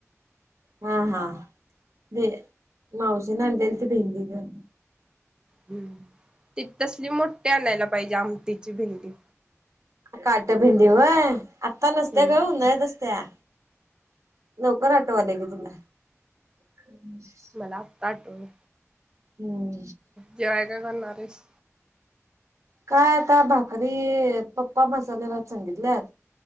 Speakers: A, on the right; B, on the right.
A: हा हा भ मावशी न आणलेली ती भेंडी गं
B: हम्म ती तसली मोठी आणायला पाहिजे आमटीची भेंडी.
A: काट भिंडी व्हय आता नसत्या
B: हम्म
A: गं उन्हाळ्यात असत्या. लवकर आठवाल्या की तुला. <inaudible>
B: मला आता आठवली
A: हम्म
B: जेवाय काय करणार आहेस
A: काय आता भाकरी पप्पा मसाले भात सांगितल्यात